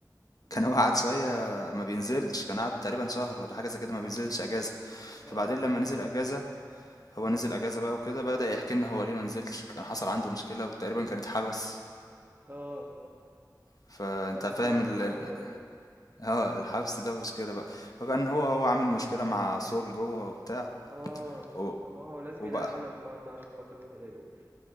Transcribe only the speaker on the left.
كان هو قعد شوية ما بينزلش، كان قعد تقريبًا شهر والّا حاجة زي كده ما بينزلش أجازة،
فبعدين لمّا نزل أجازة هو نزل أجازة بقى وكده بدأ يحكي لنا هو ليه ما نزلش، كان حصل عنده مشكلة وتقريبًا كان اتحبس،
فأنت
فاهم
ال
ال
<laughs> آه، الحبس ده مشكلة بقى، فكان هو هو عامل مشكلة مع سول جوّه وبتاع
و
وبقى